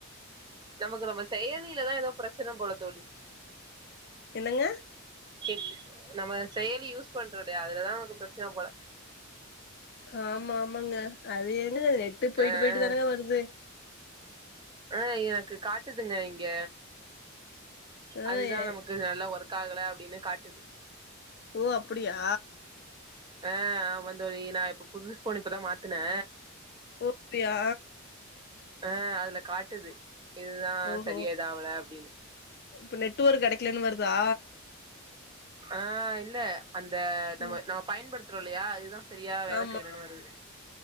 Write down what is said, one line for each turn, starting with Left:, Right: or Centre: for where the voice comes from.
Right: நமக்கு நம்ம செயலிலதா எதோ பிரச்சன போல தோழி
Left: என்னங்க
Right: க் நம்ம செயலி யூஸ் பண்றோலயா அதுலதா நமக்கு பிரச்சன போல
Left: ஆமா ஆமாங்க அது என்னது நெட்டு போயிட்டு
Right: ஆ
Left: போயிட்டு தானங்க வருது
Right: ஆ எனக்கு காட்டுதுங்க இங்க
Left: ஆ
Right: அதுதா
Left: எ
Right: நமக்கு நல்லா ஒர்க் ஆகல அப்டின்னு காட்டுது
Left: ஓ அப்புடியா
Right: அ ஆமா தோழி நா இப்ப புது ஃபோனு இப்பதா மாத்துனே
Left: ஓப்பிடியா
Right: அ அதுல காட்டுது இதுதா
Left: ஓஹோ
Right: செரியா இதுஆவல அப்டீன்னு
Left: இப்ப நெட் ஒர்க்கு கெடைக்கலன்னு வருதா
Right: ஆ இல்ல அந்த நம்ம
Left: ம்
Right: நம்ம பயன்படுத்துறோல்லையா இதுதா செரியா வேல
Left: ஆமா
Right: செய்யலன்னு வருது